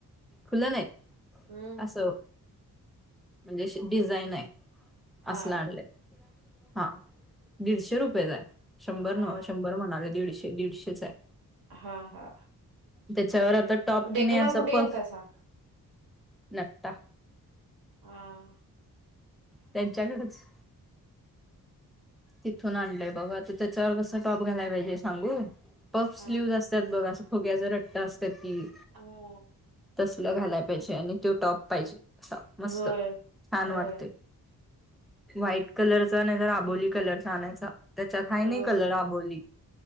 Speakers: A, in the centre; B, on the right.
A: खुलं नाही
B: हम्म
A: असं. म्हणजे डिझाईन आहे
B: हा
A: असलं आणलंय. हा दीडशे रुपये च आहे शंभर
B: हा
A: न. शंभर दीडशे दीडशेच आहे.
B: हा हा
A: त्याच्यावर आता टॉप की
B: डेकनवर
A: नाही असं
B: कुठे
A: पफ.
B: गेलतासा?
A: नक्ता.
B: ह.
A: त्यांच्याकडेच. तिथून आणलंय बघा तर त्याच्यावर कस टॉप घाला पाहिजे सांगू. पफ
B: हा
A: स्लीव्ह असतात बघ असं फुग्याचा रट्टा असतात कि.
B: हो
A: तसल घालाय पाहिजे आणि तो टॉप पाहिजे अस मस्त
B: होय
A: छान
B: होय
A: वाटते. व्हाईट कलरचा नाही तरर आबोली कलरचा आणायचा. त्याच्या हाय नाही
B: होय
A: कलर अबोली.